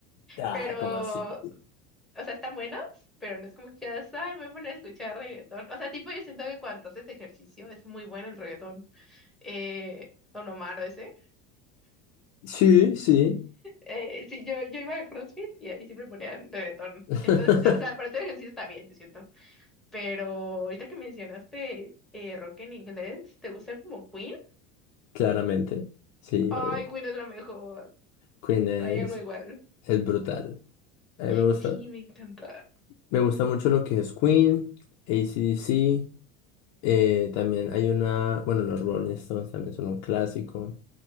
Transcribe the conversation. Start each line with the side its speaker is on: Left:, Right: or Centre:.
Left: Ah,
Centre: Pero,
Left: ¿cómo así?
Centre: o sea, están buenos, pero no es como que, digas, ay, me voy a poner a escuchar reggaetón. O sea, tipo, yo siento que cuando haces ejercicio es muy bueno el reggaetón. Eh, Don Omar o ese.
Left: Sí, sí.
Centre: Eh, sí, yo, yo iba a CrossFit y ahí siempre ponían reggaetón.
Left: <laughs>
Centre: Entonces, o sea, para hacer ejercicio está bien, yo siento. Pero ahorita que mencionaste eh, rock en inglés, ¿te gusta como Queen?
Left: Claramente, sí,
Centre: Ay,
Left: obvio.
Centre: Queen es la mejor.
Left: Queen
Centre: No
Left: es,
Centre: hay algo igual.
Left: es brutal. A mí me gusta,
Centre: Sí, me encanta.
Left: me gusta mucho lo que es Queen, AC/DC, eh, también hay una, bueno, los Rolling Stones también son un clásico.